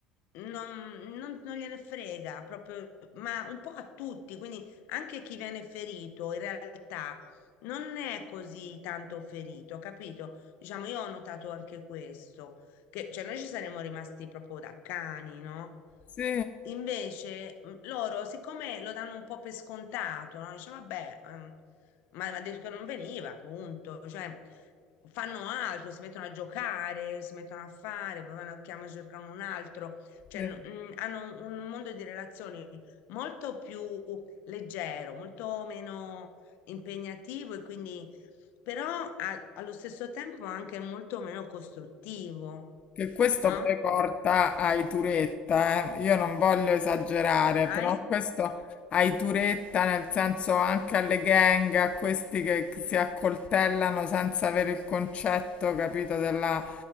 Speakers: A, on the left; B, on the left.
A: non, non- non gliene frega proprio, ma un po' a tutti, quindi anche chi viene ferito in realtà non è così tanto ferito, capito? Diciamo, io ho notato anche questo, che cioè, noi ci saremmo rimasti proprio da cani, no?
B: Sì,
A: Invece mh, loro, siccome lo danno un po' per scontato, no? Dice, vabbè, ehm, ma, ma ha detto che non veniva, appunto. Cioè, fanno altro, si mettono a giocare, si mettono a fare, poi vanno a chiamare, cercano un altro. Cioè,
B: sì.
A: n- mh, hanno un un mondo di relazioni molto più leggero, molto meno impegnativo e quindi, però a- allo stesso tempo anche molto meno costruttivo,
B: Che questo
A: no?
B: poi porta ai Turetta, eh. Io non voglio esagerare,
A: Hai
B: però questo ai Turetta, nel senso anche alle gang, a questi che che si accoltellano senza avere il concetto, capito, della